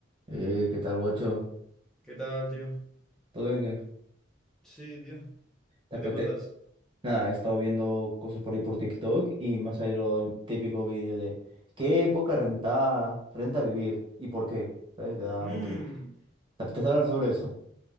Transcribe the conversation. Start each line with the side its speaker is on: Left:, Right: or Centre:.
Right: Eh, ¿qué tal, guacho?
Centre: ¿Qué tal, tío?
Right: ¿Todo bien? ¿Qué?
Centre: Sí, tío.
Right: ¿Te
Centre: ¿Qué
Right: apetece?
Centre: te cuentas?
Right: Nada, he estado viendo cosas por ahí por TikTok y me ha salido el típico vídeo de ¿qué época renta, renta vivir y por qué? ¿Sabes? Te da
Centre: Mmm.
Right: motivos. ¿Te apetece hablar sobre eso?